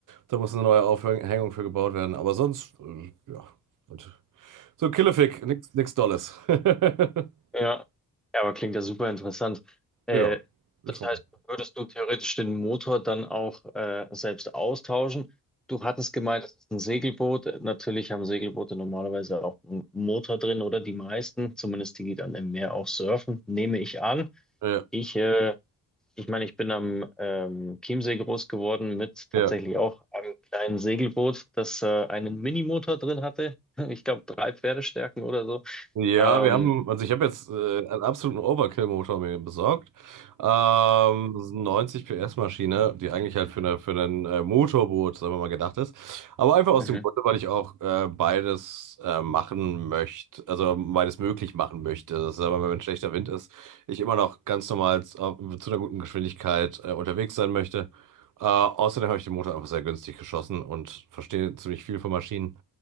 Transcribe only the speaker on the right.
da muss eine neue Aufhängung für gebaut werden. Aber sonst, äh, ja, und so Killefick, nichts nix Dolles. <laughs>
Ja, ich
freue
mich.
Ja,
ja.
Ja,
wir haben, also ich habe jetzt äh, einen absoluten Overkill-Motor mir besorgt. Ähm, das ist eine 90 PS-Maschine, die eigentlich halt für, eine, für ein äh, Motorboot, sagen wir mal, gedacht ist. Aber einfach aus
dem Grunde, weil ich auch äh, beides äh, machen möchte, also beides möglich machen möchte. Das ist aber, wenn schlechter Wind ist, ich immer noch ganz normal zu, äh, zu einer guten Geschwindigkeit äh, unterwegs sein möchte. Äh, außerdem habe ich den Motor einfach sehr günstig geschossen und verstehe ziemlich viel von Maschinen.